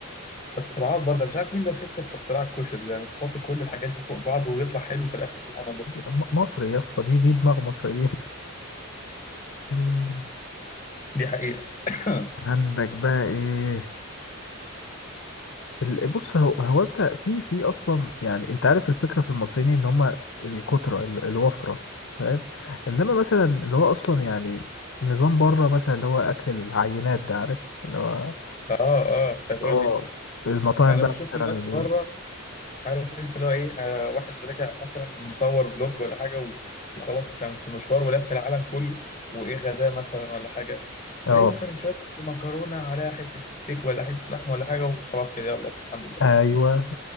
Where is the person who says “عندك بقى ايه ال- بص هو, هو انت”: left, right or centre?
Left